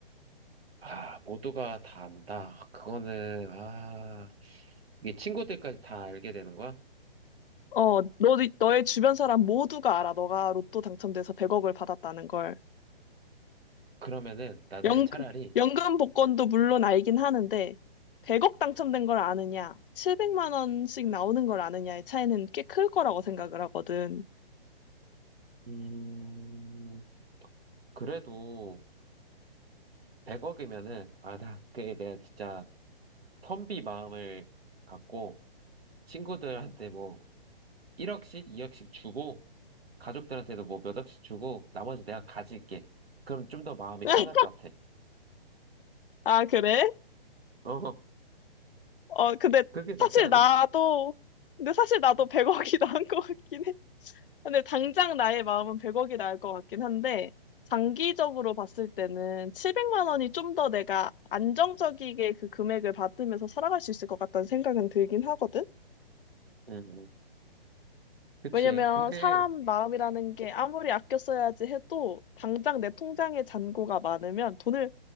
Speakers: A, on the right; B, on the left.
A: 아, 모두가 다 안다. 그거는 아, 이게 친구들까지 다 알게 되는 거야?
B: 어, 너, 너의 주변 사람 모두가 알아. 너가 로또 당첨돼서 100억을 받았다는 걸.
A: 그러면은 나는
B: 연,
A: 차라리
B: 연금 복권도 물론 알긴 하는데, 100억 당첨된 걸 아느냐, 700만 원씩 나오는 걸 아느냐의 차이는 꽤 클 거라고 생각을 하거든.
A: 음. 그래도 100억이면은, 아, 나, 그게 내가 진짜 텀비 마음을 갖고, 친구들한테 뭐, 1억씩, 2억씩 주고, 가족들한테도 뭐 몇 억씩 주고, 나머지 내가 가질게. 그럼 좀 더 마음이
B: <laughs>
A: 편할 것 같아.
B: 아, 그래?
A: 어, <laughs>
B: 어, 근데
A: 그게 낫지
B: 사실
A: 않아?
B: 나도, 근데 사실 나도 100억이 <laughs> 나은 것 같긴 해. 근데 당장 나의 마음은 100억이 나을 것 같긴 한데, 장기적으로 봤을 때는 700만 원이 좀 더 내가 안정적이게 그 금액을 받으면서 살아갈 수 있을 것 같다는 생각은 들긴 하거든?
A: 응, 응. 그치.
B: 왜냐면
A: 근데,
B: 사람 마음이라는 게 아무리 아껴 써야지 해도 당장 내 통장에 잔고가 많으면 돈을